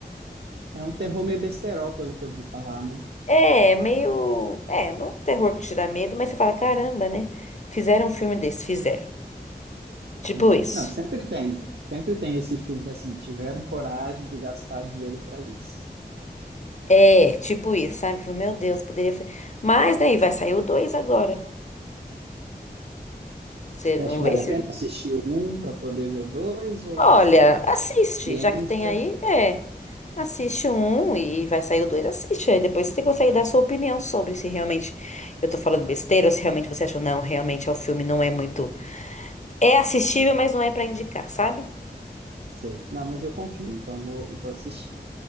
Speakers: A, on the right (about 85°); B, on the left (about 45°).
A: É um terror meio besterol, pelo que eu ouvi falar, né?
B: É, meio. É, não é um terror que te dá medo, mas você fala, caramba, né? Fizeram um filme desse, fizeram. Tipo
A: É.
B: isso.
A: Não, sempre tem. Sempre tem esse filme que, assim, tiveram coragem de gastar dinheiro para isso.
B: É, tipo isso, sabe? Falei, Meu Deus, poderia. fa- Mas, né, e vai sair o 2 agora. Você,
A: Você
B: vamos
A: acha que vale
B: ver se.
A: a pena assistir o um para poder ver o dois ou
B: Olha, assiste,
A: experiência?
B: já que tem aí, é. Assiste um e vai sair o dois, assiste. Aí depois você consegue dar sua opinião sobre se realmente eu tô falando besteira ou se realmente você achou, não, realmente é o filme não é muito. É assistível, mas não é pra indicar, sabe?
A: Sei. Não, mas eu confio, então vou, vou assistir.